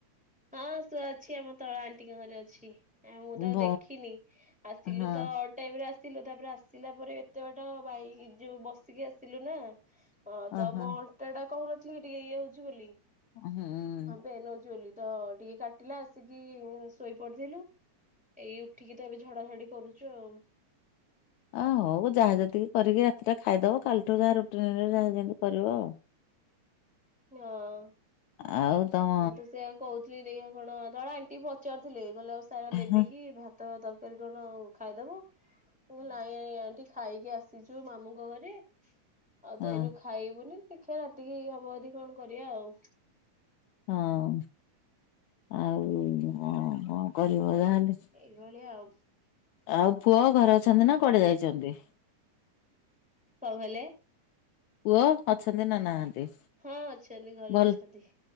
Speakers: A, in the centre; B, on the left.
A: ହଁ ଶୁଆ ଅଛି ଆମ ତଳ ଆଣ୍ଟିଙ୍କ ଘରେ ଅଛି। ଆ ମୁଁ ତ
B: ବ
A: ଦେଖିନି ଆଉ ସିଲୁ
B: ହଁ
A: ତ ଟାଇମରେ ଆସିଲୁ ତାପରେ ଆସିଲା ପରେ ଏତେ ବାଟ ବାଇ ଯୋଉ ବସିକି ଆସିଲୁ ନା ହଁ
B: ଓହୋ
A: ତ ମୁଁ ଅଣ୍ଟା ଟା କହୁ ନଥିଲି ଟିକେ ଇଏ ହଉଛି ବୋଲି
B: ହୁଁ।
A: ପେନ୍ ହଉଛି ବୋଲି। ତ ଟିକେ କାଟିଲା ଆସିକି ଶୋଇପଡିଥିଲୁ। ଏଇ ଉଠିକି ତ ଏବେ ଝଡା ଝଡି କରୁଛୁ ଆଉ।
B: ଆଃ ହଉ ଯାହା ଯେତିକି କରିକି ରାତିଟା ଖାଇଦବ କାଲିଠୁ ଯାହା ରୁଟିନ୍ ଯାହା ଯେମିତି କରିବ ଆଉ।
A: ହଁ।
B: ଆଉ ତମ
A: ମୁଁ ତ ସେଆ କହୁଥିଲି ଦେଇ କଣ ତଳ ଆଣ୍ଟି ପଚାରୁଥିଲେ କହିଲେ ଆଉ ସାରା ଦେବିକି
B: ହଁ
A: ଭା ତ ତରକାରୀ କଣ ଖାଇଦବ ମୁଁ କହିଲି ନାଇଁ ନାଇଁ ଆଣ୍ଟି ଖାଇକି ଆସିଛୁ ମାମୁଙ୍କ ଘରେ ଆଉ
B: ହଁ
A: ତ ଏଇନୁ ଖା ଖାଇବୁନି ଦେଖିବା ରାତିକି ହବ ଯଦି କଣ କରିବା ଆଉ।
B: ହଁ ଆଉ କଣ କରିବ ଯହେଲେ
A: ଏଇ ଭଳିଆ ଆଉ।
B: ଆଉ ପୁଅ ଘରେ ଅଛନ୍ତି ନା କୁଆଡେ ଯାଇଛନ୍ତି?
A: କଣ କହିଲେ
B: ପୁଅ ଅଛନ୍ତି ନା ନାହାନ୍ତି?
A: ହଁ ଅଛନ୍ତି ଘରେ
B: ଭଲ
A: ଅଛନ୍ତି।